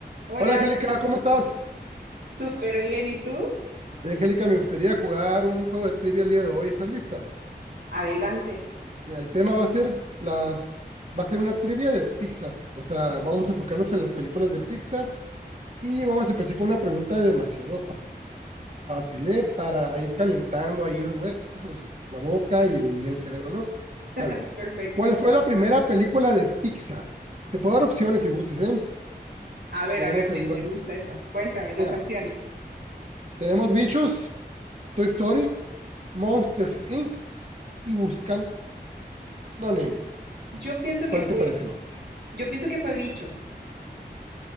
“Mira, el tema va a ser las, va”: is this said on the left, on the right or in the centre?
Right